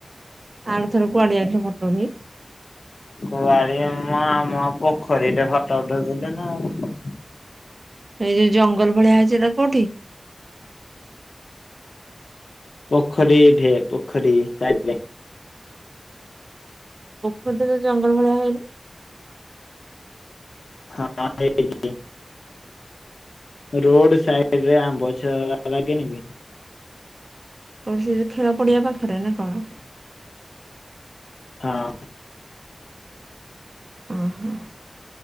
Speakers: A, on the right (about 55°); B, on the left (about 80°).
A: ଆର ଥର କୁଆଡ଼େ ଯାଇଥିଲ ଫଟ ଉଠେଇ?
B: କୁଆଡ଼େ ଆମ ପୋଖରୀରେ ଫଟ ଉଠଉଥୁଲେ ନାଁ ଆଉ।
A: ଏଇ ଯୋଉ ଜଙ୍ଗଲ ଭଳିଆ ହେଇଚି ହେଟା କୋଉଠି?
B: ପୋଖରୀ ଢେ ପୋଖରୀ ସାଇଟରେ।
A: ପୋଖରୀ ତ ଯୋଉ ଜଙ୍ଗଲ ଭଳିଆ ହେଇନି।
B: ହଁ ହେଇ <inaudible> ରୋଡ ସାଇଡରେ ଆମ୍ବଛ ଲାଗିନି କି?
A: ଓ ସେ ଯୋଉ ଖେଳ ପଡ଼ିଆ ପାଖରେ ନାଁ କଣ?
B: ହଁ।
A: ଓହୋ